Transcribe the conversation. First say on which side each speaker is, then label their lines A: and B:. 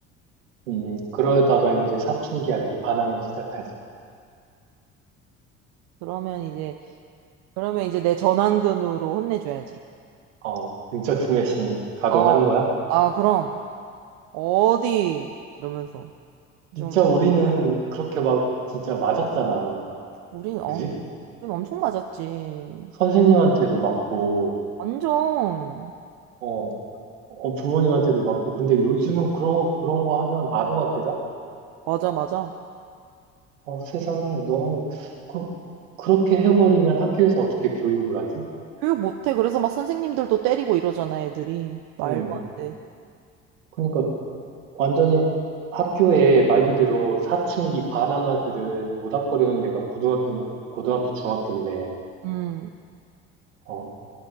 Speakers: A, on the right (about 85°); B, on the right (about 65°).
A: 음, 그러다가 이제 사춘기 아들이 반항을 시작하지.
B: 그러면 이제 그러면 이제 내 전완근으로 혼내줘야지.
A: 어, 등짝 스매싱 가동하는
B: 어, 어,
A: 거야?
B: 아, 그럼, 어디? 이러면서.
A: 진짜
B: 좀,
A: 우리는 그렇게 막 진짜 맞았잖아.
B: 우린, 어,
A: 그지?
B: 우린 엄청 맞았지.
A: 선생님한테도 맞고,
B: 완전,
A: 어, 어, 부모님한테도 맞고. 근데 요즘은 그런, 그런 거 하면 아동학대다?
B: 맞아, 맞아.
A: 어, 세상이 너무, 그, 그렇게 해버리면 학교에서 어떻게 교육을 하지?
B: 교육 못해. 그래서 막 선생님들도 때리고 이러잖아, 애들이. 말도
A: 음,
B: 안 돼.
A: 그러니까 완전히 학교에 말 그대로 사춘기 반항아들을 모닥거리는 데가 고등학교, 고등학교, 중학교인데,
B: 음,
A: 어,